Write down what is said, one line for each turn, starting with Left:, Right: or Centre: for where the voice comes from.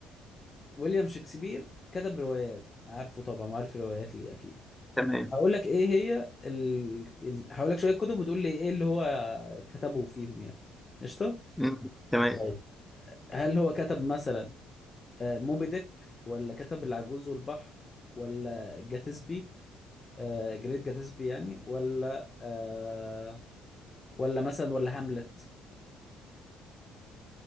Left: ويليام شكسبير كتب روايات عارفه طبعا وعارف الروايات ليه اكيد
Centre: تمام
Left: هقول لك ايه هي ال... ال... هقول لك شويه كتب وتقول لي ايه اللي هو كتبه فيهم يعني قشطه
Centre: مم. تمام
Left: طيب هل هو كتب مثلا آه موبي ديك ولا كتب العجوز والبحر ولا جاتسبي آه جريت جاتسبي يعني ولا آه ولا مثلا ولا هاملت